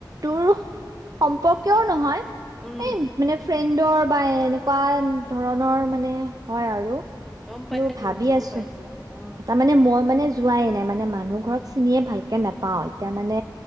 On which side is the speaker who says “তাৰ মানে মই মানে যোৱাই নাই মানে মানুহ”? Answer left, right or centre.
Right